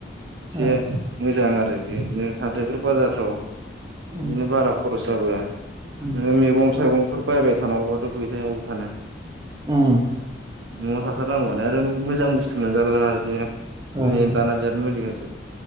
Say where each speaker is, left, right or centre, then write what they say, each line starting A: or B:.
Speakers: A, on the right; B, on the right.
A: एसे
B: अ
A: मोजां आरो बे बिदिनो हाथायफोर बाजारफ्राव बिदिनो
B: उम
A: बारा खरस जाबोया
B: उम
A: नोङो मैगं थाइगं फोर बायबाय थानांगौबाथ फैसा अबाव थानो
B: उम
A: नआव थाथारनांगौआनो आरो मोजां बुस्थु मोनजाला ना आरो बिदिनो
B: औ
A: दाना बिराद मुलि होसै